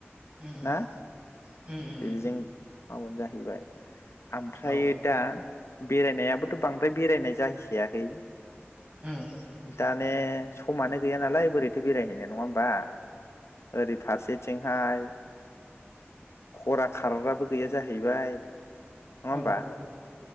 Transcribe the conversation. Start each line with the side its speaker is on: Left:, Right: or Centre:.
Right: उम उम
Left: ना
Right: उम उम
Left: बेजों हाबा जा फैबाय आमफ्रय
Right: औ
Left: दा बेरायनायाबोथ बांद्राय बेरायनाय जाहैखायाखै
Right: उम
Left: दाने समानो गैया नालाय बोरैथो बेरायहैनाय नङा होमबा ओरै फारसेथिंहाय खरा खारग्राबो गैया जाहैबाय नङा होनबा?
Right: औ